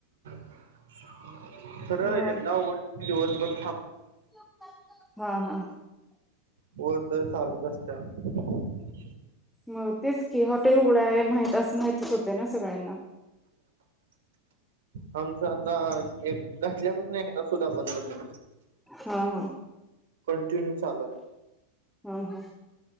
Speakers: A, on the right (about 60°); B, in the centre.
A: <inaudible> सरळ
B: मग
A: ऐकायचं <inaudible> दिवस बर
B: <inaudible> हा हा
A: वर दर चालूच असत <inaudible>
B: मग तेच की हॉटेल उघडाय माहित असं माहितीच होतय ना सगळ्यांना
A: आमचं एक घातल्या पासणं एकदा सुधा बंद नइ
B: हा हा.
A: कंटिन्यू चालूय.
B: हा हा